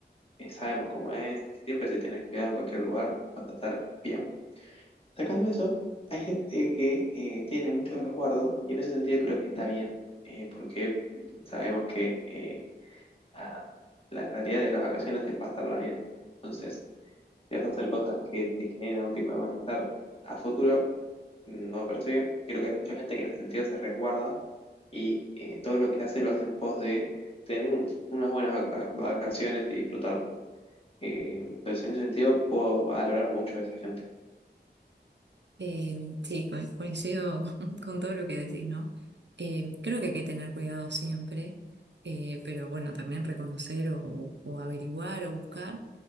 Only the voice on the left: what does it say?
eh, sabemos cómo es. Siempre si tenés cuidado en cualquier lugar, vas a estar bien. Sacando eso, hay gente que eh, tiene mucho resguardo y en ese sentido creo que está bien, eh, porque sabemos que eh, nada, la realidad de las vacaciones es pasarla bien. Entonces, si vas a hacer cosas que te generen algún tipo de malestar a futuro, no me parece bien. Creo que hay mucha gente que en ese sentido se resguarda y eh, todo lo que hace lo hace en pos de tener un- unas buenas vaca- vacaciones y disfrutarlo. Eh, entonces, en ese sentido, puedo valorar mucho a esa gente.